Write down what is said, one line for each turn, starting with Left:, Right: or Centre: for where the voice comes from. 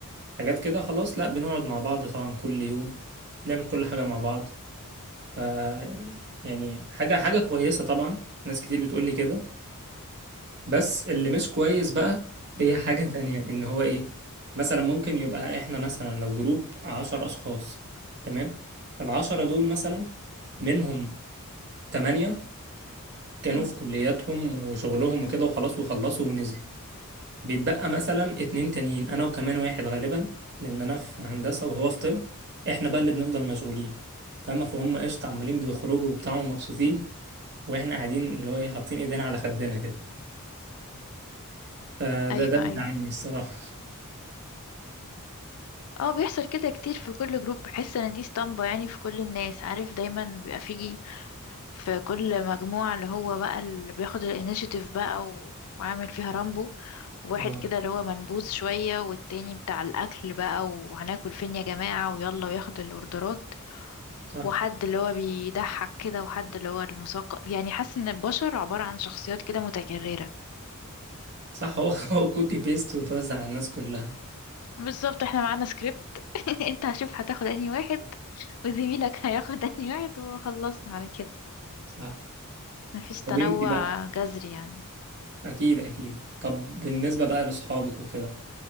Right: حاجات كده خلاص لا بنقعد مع بعض طبعا كل يوم بنعمل كل حاجة مع بعض ف يعني حاجة حاجة كويسة طبعا ناس كتير بتقول لي كده بس اللي مش كويس بقى هي <laughs> حاجة تانية ان هو ايه مثلا ممكن يبقى احنا مثلا لو جروب عشر اشخاص تمام العشرة دول مثلا منهم تمانية كانوا
Left: أمم.
Right: في كلياتهم وشغلهم وكده وخلاص وخلصوا ونزلوا بيتبقى مثلا اتنين تانيين أنا وكمان واحد غالبا لأن أنا في هندسة وهو في طب إحنا بقى اللي بنفضل مشغولين فاهمة فهم قشطة عمالين بيخرجوا وبتاع ومبسوطين وإحنا قاعدين اللي هو إيه حاطين إيدينا على خدنا كده فده
Left: أيوة
Right: ده بيزعلني
Left: أيوة
Right: الصراحة
Left: اه بيحصل كده كتير في كل جروب بحس ان دي اسطمبة يعني في كل الناس عارف دايما بيبقى فيه في كل مجموعة اللي هو بقى اللي بياخد الانيشيتيف بقى و- وعامل فيها رامبو واحد
Right: اه
Left: كده اللي هو منبوذ شوية والتاني بتاع الأكل بقى وهناكل فين يا جماعة ويلا وياخد الأوردرات
Right: صح
Left: وحد اللي هو بيضحك كده وحد اللي هو المثقف يعني حاسة إن البشر عبارة عن شخصيات كده متكررة
Right: صح <laughs> هو هو كوبي بيست وتوزع على الناس كلها
Left: بالظبط احنا معانا سكريبت <laughs> انت هشوف هتاخد أنهي واحد وزميلك هياخد أنهي واحد وخلصنا على كده
Right: صح
Left: مفيش تنوع
Right: طب انت بقى
Left: جذري يعني
Right: اكيد اكيد طب بالنسبه بقى لاصحابك وكده